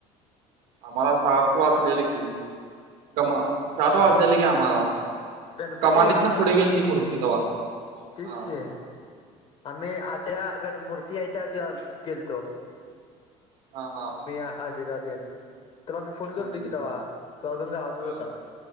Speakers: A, on the right (about 75°); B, on the left (about 40°).
A: आम्हाला सात वाजलेले
B: हा
A: कि कमा सात वाजलेले
B: हा
A: कि आम्हाला.
B: गणपती
A: कमानीतन
B: आलता
A: पुढ गेलती मूर्ती तव्हा
B: तेच
A: हा हा.
B: की आम्ही आतल्या गणमूर्ती यायच्या आधी गेलतो.
A: हा हा
B: मी आधी जातेन <unintelligible> तूला मी फोन
A: हम्म
B: केल तो की तेव्हा तेव्हा अजून गावातच
A: होय
B: होतास.
A: होय